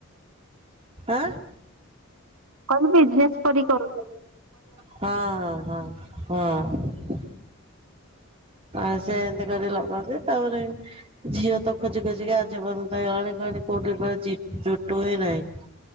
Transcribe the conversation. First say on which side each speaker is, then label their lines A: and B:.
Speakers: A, on the right; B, on the right.
A: ଆଁ
B: କଣ ବିଜନସ କରି କର
A: ହଁ ହଁ ହଁ ହଁ।
B: <inaudible>
A: ଆ ସେ ଏମିତି କରି ଲଗାନ୍ତି ତାପରେ ଝିଅ ତ ଖୋଜି ଖୋଜିିକି ଆଜିବର୍ଯ୍ୟନ୍ତ ହେଲାଣି କଣ କଉଠ ଯୁଟୁ ବି ନାଇଁ।